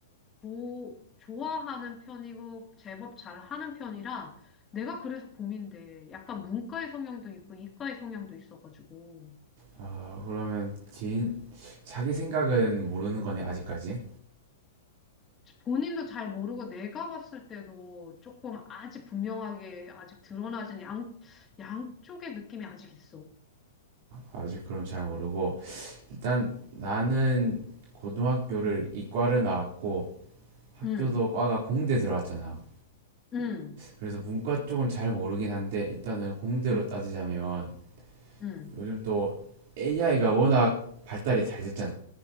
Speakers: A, on the left; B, on the right.
A: 조, 좋아하는 편이고 제법 잘하는 편이라 내가 그래서 고민돼. 약간 문과의 성향도 있고 이과의 성향도 있어가지고.
B: 아, 그러면 개인 자기 생각은 모르는 거네 아직까지.
A: 본인도 잘 모르고 내가 봤을 때도 조금 아직 분명하게 아직 드러나진 양, 양쪽의 느낌이 아직 있어.
B: 아직 그럼 잘 모르고 일단 나는 고등학교를
A: 응,
B: 이과를 나왔고 학교도
A: 응,
B: 과가 공대 들어갔잖아.
A: 응.
B: 그래서 문과 쪽은 잘 모르긴 한데 일단은 공대로
A: 응,
B: 따지자면
A: 응.
B: 요즘 또 AI가 워낙 발달이 잘 됐잖아.